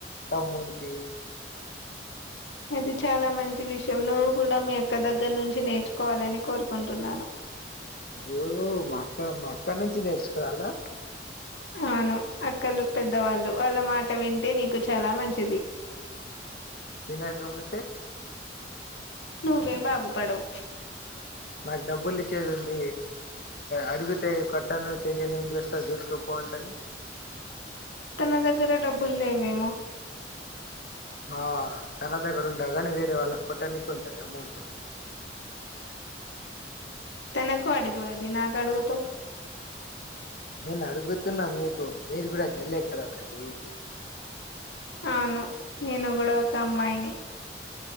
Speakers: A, on the left; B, on the left.
A: తమ్మునికి
B: అది చాలా మంచి విషయం నువ్వు కూడా మీ యొక్క దగ్గర నుంచి నేర్చుకోవాలని కోరుకుంటున్నాను
A: ఓ మా అక్క మా అక్కడి నుంచి నేర్చుకోవాలా
B: అవును అక్కలు పెద్దవాళ్ళు వాళ్ళ మాట వింటే నీకు చాలా మంచిది
A: వినకపోతే
B: నువ్వే బాగుపడవు
A: మాకు డబ్బులు ఇచ్చేది ఏంది అడుగితే కట్టను చెయ్యను ఏమి చెస్ట్స్తా చేసుకోపో అంటే
B: తన దగ్గర డబ్బులు లేవేమో
A: ఆ తన దగ్గర ఉండవు గానీ వేరే వాళ్ళ కొట్ట నీకు ఉంటాది అమౌంట్
B: తనకు అడుగుది నాకు అడుగుతో
A: నేను అడుగుతున్నా మీకు మీరు కూడా గెల్లే కదా ఒకటి
B: అవును నేను కూడా ఒక అమ్మాయిని